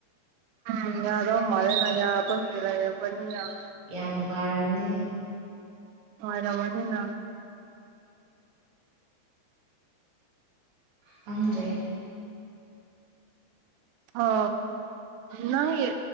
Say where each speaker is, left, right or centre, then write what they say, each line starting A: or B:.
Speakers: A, on the right; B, on the right.
A: ꯎꯝ ꯌꯥꯗꯧ ꯃꯥꯜꯂꯦ ꯌꯥꯕꯒꯤ <unintelligible>
B: ꯌꯥꯝ ꯅꯨꯡꯉꯥꯏꯔꯝꯅꯤ
A: ꯅꯨꯡꯉꯥꯏꯔꯝꯃꯥꯅꯤꯅ
B: ꯈꯪꯗ꯭ꯔꯦ
A: ꯍꯥ ꯅꯪꯒꯤ